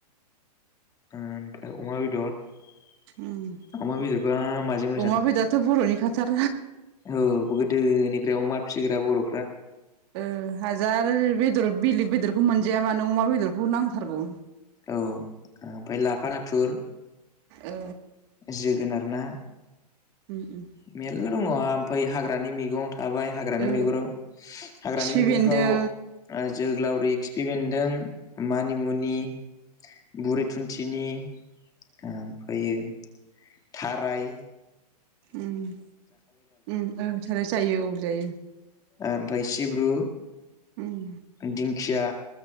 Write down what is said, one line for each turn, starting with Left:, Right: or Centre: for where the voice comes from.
Left: ओमफाय अमा बेदर
Right: उम
Left: अमा बेदरफ्रा माजों मोजां
Right: अमा बेदराथ' बर'नि खाथार
Left: औ गोदोनिफ्राय अमा फिसिग्रा बर'
Right: ओ हाजार बेदर बेलेग बेदरखौ मोनजाया मानो अमा बेदरखौ नांथारगौ
Left: औ ओमफाय लाफा नाथुर
Right: ओ
Left: जोगोनार ना
Right: उम-उम
Left: मेरला दङ ओमफाय हाग्रानि मैगं थाबाय हाग्रानि
Right: ओ
Left: मैहुराव हाग्रानि
Right: खिफि
Left: मैगंफ्राव
Right: बेन्दों
Left: ओ जोगलावरि खिफि बेन्दों मानिमुनि बुरि थुन्थिनि ओमफोयो थाराइ
Right: उम-उम ओं साराय जायो औ जायो
Left: ओमफाय सिब्रु
Right: उम
Left: दिंखिया